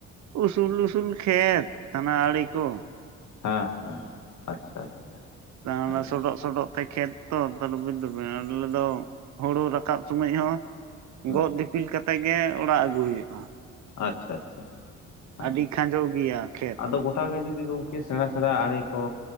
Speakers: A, on the right (about 65°); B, on the left (about 70°).
A: ᱩᱥᱩᱞ ᱩᱥᱩᱞ ᱠᱷᱮᱛ ᱦᱟᱱᱟ ᱟᱲᱮ ᱠᱚ᱾
B: ᱦᱮᱸ ᱦᱮᱸ, ᱟᱪᱪᱷᱟ ᱟᱪᱪᱷᱟ᱾
A: <inaudible> ᱚᱱᱟ
B: ᱟᱹᱰᱤ ᱱᱟᱯᱟᱭ
A: ᱥᱚᱰᱚᱜ ᱥᱚᱰᱚᱜ ᱛᱮ ᱠᱷᱮᱛ ᱛᱚ, ᱛᱟᱦᱚᱞᱮ ᱟᱞᱮ ᱫᱚ ᱦᱩᱲᱩ ᱨᱟᱠᱟᱵ ᱥᱚᱢᱚᱭ ᱦᱚᱸ,
B: ᱦᱩᱸ
A: ᱜᱚᱫ ᱫᱤᱯᱤᱞ ᱠᱟᱛᱮᱫ ᱜᱮ ᱚᱲᱟᱜ ᱟᱹᱜᱩ ᱦᱩᱭᱩᱜᱼᱟ᱾
B: ᱟᱪᱪᱷᱟ ᱟᱪᱪᱷᱟ᱾ ᱦᱮᱸ
A: ᱟᱹᱰᱤ ᱠᱷᱟᱸᱡᱚ ᱜᱮᱭᱟ ᱠᱷᱮᱛ
B: ᱟᱫᱚ ᱜᱚᱴᱟ ᱜᱮ ᱡᱩᱫᱤ ᱜᱚᱝᱠᱮ ᱥᱮᱬᱟ- ᱥᱮᱬᱟ ᱟᱲᱮ ᱠᱚ,